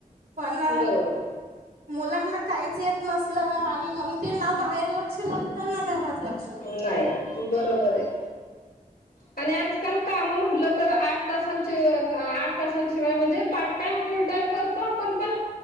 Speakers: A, on the right (about 80°); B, on the left (about 85°).
A: पण...
B: बरोबर
A: मुलांना काहीच येत नसलं आणि मंग तेना बाहेर लक्ष लागत ना घरात लागत.
B: नाही बरोबर आहे. पण हे आजकाल कामं म्हटलं तर आठ तासांचे आठ तासांशिवाय म्हणजे पाठ... पण फुल्ल टाईम करतो आपण पण